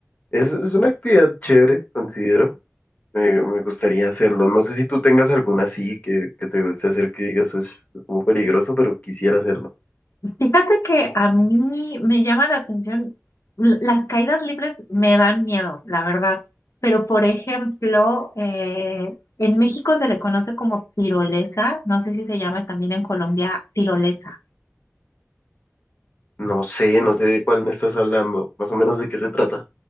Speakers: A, on the left; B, on the left.
A: es, es una actividad chévere, considero. Me, me gustaría hacerlo. No sé si tú tengas alguna así que, que te guste hacer que digas, "Ush, es como peligroso, pero quisiera hacerlo.
B: Fíjate que a mí me llama la atención, l- las caídas libres me dan miedo, la verdad, pero por ejemplo, eh, en México se le conoce como tirolesa, no sé si se llama también en Colombia tirolesa.
A: No sé, no sé de cuál me estás hablando, más o menos de qué se trata.